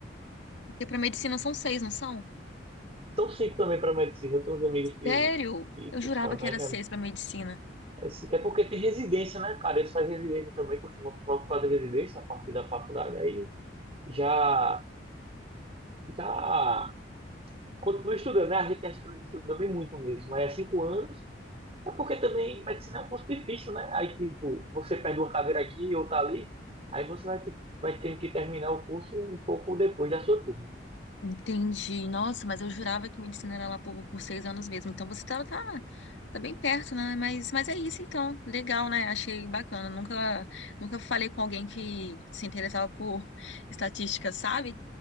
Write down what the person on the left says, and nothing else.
Porque para medicina são seis, não são?
Sério?
Eu
jurava
que era seis para medicina.
Entendi. Nossa, mas eu jurava que medicina era lá por, por seis anos mesmo. Então você tá, tá, tá bem perto, né? Mas, mas é isso então. Legal, né? Achei bacana. Nunca, nunca falei com alguém que se interessava por estatística, sabe?